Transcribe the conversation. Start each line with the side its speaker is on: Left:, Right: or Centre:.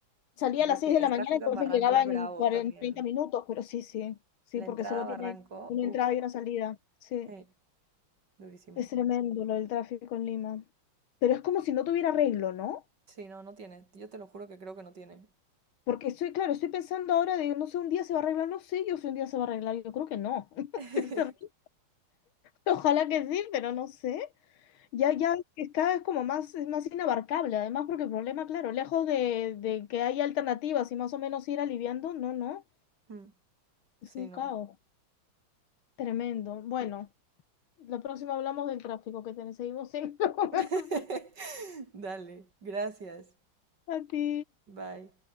Left: salía
Right: No, Pero
Left: a las
Right: es
Left: 6
Right: que
Left: de la
Right: el
Left: mañana,
Right: tráfico
Left: entonces
Right: en Barranco
Left: llegaba
Right: es bravo
Left: en 40,
Right: también.
Left: 30 minutos, pero sí, sí, sí,
Right: La
Left: porque
Right: entrada
Left: solo
Right: a Barranco,
Left: tiene una
Right: uff,
Left: entrada y una salida. Sí,
Right: hey, durísimo.
Left: es tremendo lo del tráfico en Lima. Pero es como si no tuviera arreglo, ¿no?
Right: Sí, no, no tiene. Yo te lo juro que creo que no tiene.
Left: Porque estoy, claro, estoy pensando ahora de, no sé, un día se va a arreglar, no sé yo si un día se va a arreglar, yo creo que no. <laughs>
Right: <laughs>
Left: Sinceramente, Ojalá que sí, pero no sé. Ya, ya es cada vez como más, es más inabarcable, además porque el problema, claro, lejos de, de que haya alternativas y más o menos ir aliviando, no, no,
Right: Hmm,
Left: es
Right: Sí,
Left: un
Right: no.
Left: caos tremendo. Bueno, la próxima hablamos del tráfico que tenemos, seguimos en <laughs> la conversación.
Right: <laughs> Dale, gracias.
Left: A ti.
Right: Bye.